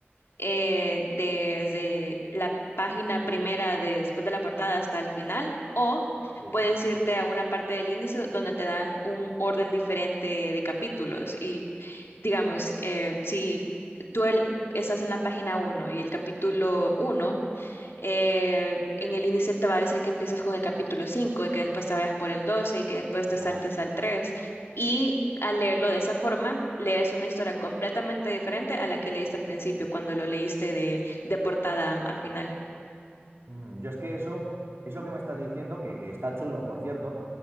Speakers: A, on the left; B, on the right.
A: eh, desde la página primera de- después de la portada hasta el final, o
B: Sí.
A: puedes irte a una parte del índice donde te dan un orden diferente de capítulos. Y digamos, eh, si tú el- estás en la página uno y el capítulo uno eh, en el índice te va a decir que empieces con el capítulo 5 y que después te vayas por el 12 y que después te
B: Ah,
A: saltes al tres Y al leerlo de esa forma, lees una historia completamente diferente a la que leíste al principio cuando lo leíste de, de portada a final.
B: Mm, Yo es que eso, eso que me estás diciendo, que eh, está chulo, por cierto,